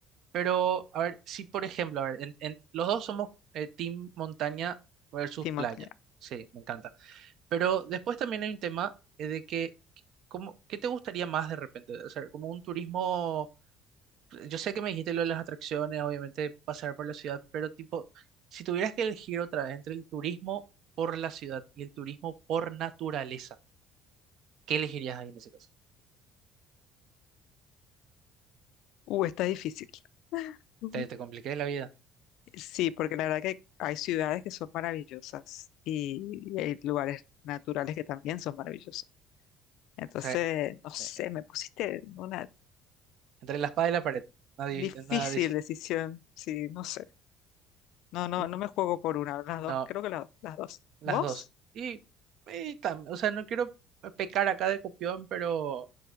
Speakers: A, on the right (about 50°); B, on the left (about 60°).
A: Pero, a ver, si por ejemplo, a ver, en- en- los dos somos eh, team montaña versus
B: Sí, montaña.
A: playa. Sí, me encanta. Pero después también hay un tema eh, de que, ¿cómo, qué te gustaría más de repente? O sea, como un turismo, yo sé que me dijiste lo de las atracciones, obviamente pasar por la ciudad, pero tipo, si tuvieras que elegir otra vez entre el turismo por la ciudad y el turismo por naturaleza, ¿qué elegirías ahí en ese caso?
B: Uh, está difícil. Ujú.
A: Te, te compliqué la vida.
B: Sí, porque la verdad que hay ciudades que son maravillosas y hay lugares naturales que también son maravillosos. Entonces,
A: O sea,
B: no sé,
A: eh,
B: me pusiste en una
A: entre la espada y la pared. Nadie,
B: difícil
A: nadie, sí.
B: decisión. Sí, no sé. No, no,
A: <laughs>
B: no me juego por una, las dos,
A: No,
B: creo que la- las dos.
A: las
B: ¿Vos?
A: dos. Y, y tam- o sea, no quiero pecar acá de copión, pero,